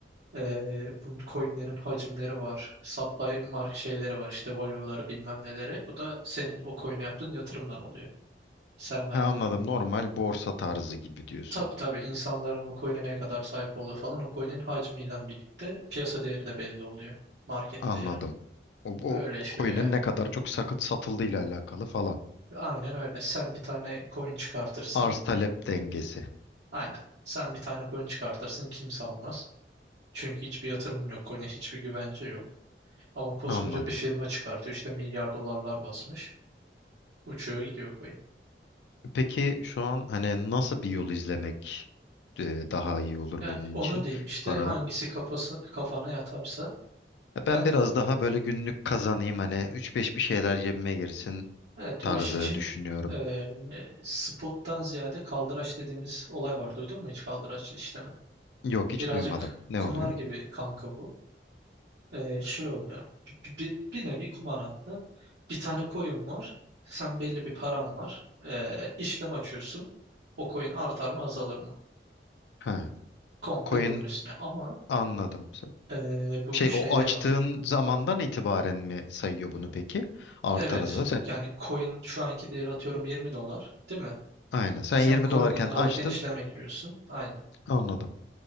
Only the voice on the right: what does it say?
Ee, bu coinlerin hacimleri var. Supply mark şeyleri var. işte value'ları bilmem neleri. Bu da senin o coin'e yaptığın yatırımdan oluyor. Sermayenden.
Tabii tabii insanların o coin'e ne kadar sahip olduğu falan o coin'in hacmiyle birlikte piyasa değeri de belli oluyor. Market
değeri.
Öyle yaşıyor
yani.
Aynen öyle. Sen bir tane coin çıkartırsın.
Aynen. Sen bir tane coin çıkartırsın kimse almaz. Çünkü hiçbir yatırımın yok. Coin'e hiçbir güvence yok. Ama koskoca
bir firma çıkartıyor. İşte milyar dolarlar basmış. Uçuyor gidiyor coin.
Yani
onu
diyeyim işte
hangisi kafası kafana yatarsa.
Ben
evet
o iş için
eee, spottan ziyade kaldıraç dediğimiz olay var. Duydun mu hiç kaldıraç işlemi?
Birazcık
kumar
gibi kanka bu. Eee, şey oluyor. Bir, bir, bir nevi kumar hatta. Bir tane coin var. Sen belli bir paran var. Eee işlem açıyorsun. O coin artar mı azalır mı?
Komple
bunun üstüne. Ama
eee bunun
şeyleri
var.
Evet.
Yani coin şu anki değeri atıyorum 20 dolar, değil mi?
Sen
coin
20 dolarken
işleme giriyorsun. Aynen.